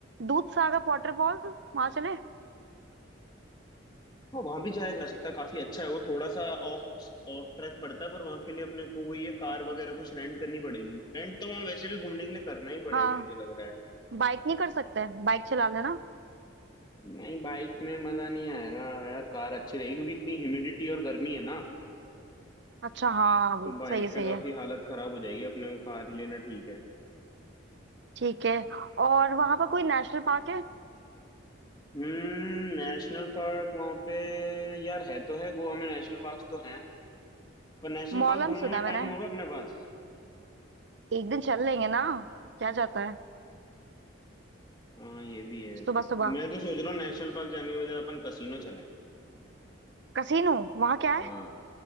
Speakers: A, on the right; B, on the left.
A: दूध सागर वाटरफॉल वहां चले
B: हाँ वहां भी जाया जा सकता है काफी अच्छा है वो थोड़ा सा ऑफ ऑफ ट्रैक पड़ता है पर वहां के लिए अपने को वो ये कार वगैरह कुछ रेंट करनी पड़ेगी रेंट तो वहां वैसे भी घूमने के लिए करना ही पड़ेगा
A: हाँ
B: मुझे लग रहा है
A: बाइक नहीं कर सकते बाइक चला लेना
B: नहीं बाइक में मजा नहीं आएगा यार कार अच्छी रहेगी क्योंकि इतनी ह्यूमिडिटी और गर्मी है ना
A: अच्छा हाँ अभी
B: तो बाइक
A: सही है सही
B: पे काफी
A: है
B: हालत खराब हो जाएगी अपने को कार ही लेना ठीक है
A: ठीक है और वहां पर कोई नेशनल पार्क है
B: हम्म नेशनल पार्क वहां पे यार है तो है गोवा में नेशनल पार्क तो हैं पर नेशनल
A: मौलम
B: पार्क घूमने
A: सुना
B: का
A: है मैंने
B: टाइम होगा अपने पास
A: एक दिन चल लेंगे ना क्या जाता है
B: हाँ ये भी है
A: सुबह सुबह
B: मैं तो सोच रहा हूँ नेशनल पार्क जाने के बजाय अपन कसिनो चलें
A: कसीनो वहां क्या है
B: हाँ